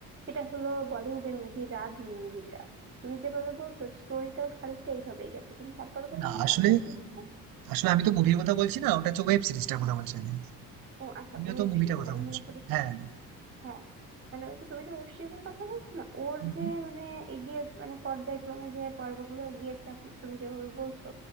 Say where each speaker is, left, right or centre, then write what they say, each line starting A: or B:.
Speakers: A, on the right; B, on the right.
A: সেটা হলো বলিউডের মুভি রাজি মুভিটা তুমি যেভাবে বলছো স্টোরিটাও খানিকটা এইভাবেই গেছে তুমি তারপর বললো
B: না
A: যে
B: আসলে
A: তারপর কি হচ্ছে?
B: আসলে আমি তো মুভির কথা বলছি না ওটা হচ্ছে ওয়েব সিরিজটার কথা বলছি আমি
A: ও আচ্ছা
B: তুমিও
A: ওয়েব
B: তো মুভিটার
A: সিরিজ
B: কথা
A: আমি
B: বলছো
A: মনে করি
B: হ্যাঁ
A: হ্যাঁ মানে ওই যে তুমি যে ওয়েব সিরিজের কথা বলছো না ওর
B: হুম,
A: যে
B: হুম।
A: মানে এগিয়ে মানে পর্যায়ক্রমে যে পর্বগুলো এগিয়েছে আপনি- তুমি যেভাবে বলছো